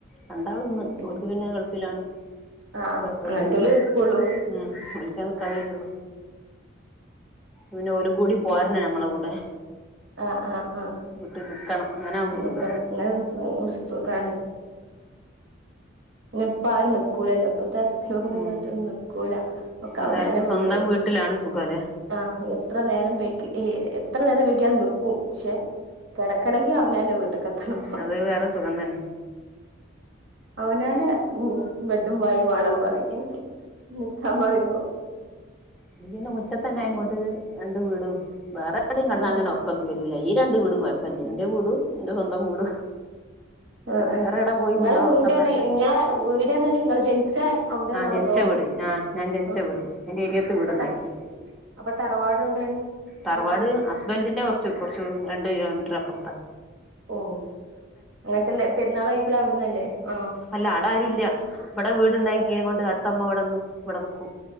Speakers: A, in the centre; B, on the right (about 70°).
A: രണ്ടാളുന്ന്
B: ഉം
A: ഓല്ക്ക് പിന്നെ ഗൾഫിലാണ്.
B: ആഹ്
A: കുഴപ്പില്ല
B: അങ്ങനത്തോല് നിക്കുള്ളൂ
A: ഉം ഓല്ക്കെ നിൽക്കാൻ കഴിയുള്ളൂ. പിന്നെ ഓലും കൂടി പോരണം ഞമ്മളെ കൂടെ.
B: ആ ആ ആ
A: വീട്ടിൽ നിക്കണം അങ്ങനെ ആകുമ്പോ
B: നിക്കണം
A: സുഖ
B: സു സുഖാണ് ഇപ്പം ആരുംനിക്കൂലല്ലോ. ഇപ്പത്തെ <unintelligible>
A: ഉം
B: റ്റൊന്നും നിക്കൂല ഒക്കെ
A: എല്ലാർക്കും
B: അവനാന്റെ
A: സ്വന്തം
B: വീട്
A: വീട്ടിലാണ് സുഖല്ലേ
B: ആ എത്ര നേരം വൈകി എത്ര നേരം വൈകിയാലും നിക്കും പക്ഷെ കിടക്കണെങ്കി അവനാന്റെ വീട്ട്ക്കെത്തണം
A: ഉം അത് വേറെ സുഖം തന്നെ
B: ആ അവനനാ ബെഡും വായും വേണം പറിം നിക്കാൻ പറയുമ്പോ.
A: ന്റിന്നെ മുറ്റത്തന്നെയ്ങ്ങോട്ട്
B: ഉം
A: രണ്ട് വീടും വേറെവിടെയും
B: ഉം
A: കിടന്നങ്ങെനെർക്കൊന്നും വരൂല ഈ രണ്ട് വീ ട് കുയപ്പല്ല
B: ഉം
A: ന്റെ വീടും ന്റെ സ്വന്തം വീടും.
B: ആ ആ
A: വേറെ എവിടെ പോയി
B: നിങ്ങളെ
A: നിന്നാ
B: വീട്ന്നറഞ്ഞ
A: ഉറക്കം വര
B: ങ്ങളെ വീട്റഞ്ഞാൽ നിങ്ങള് ജനിച്ച അവിടെണോ
A: ആ ജനിച്ച
B: അതോ?
A: ഞാൻ ജനിച്ച
B: ആഹ്
A: വീട് എന്റെ ഏരിയത്ത് വീടുണ്ടാക്കിയാ
B: അപ്പൊ ത അപ്പൊ തറവാട് എവിടെയാണ്
A: തറവാട്
B: കാക്കാന്റെ
A: ഹസ്ബന്റിന്റെ കുറച്ച് രണ്ട് കിലോമീറ്ററപ്പുറ
B: ഓ അങ്ങനത്തെള്ള പെരുന്നാളഴിക്കലവിടുന്നല്ലേ ആണോ?
A: അല്ല ആടരുല്ല ഇവിടെ വീടുണ്ടക്കികൊണ്ട്
B: അവിടെ
A: അടുത്തമ്മ ഇവിടെന്ന് ഇവിടെ നിക്കൂ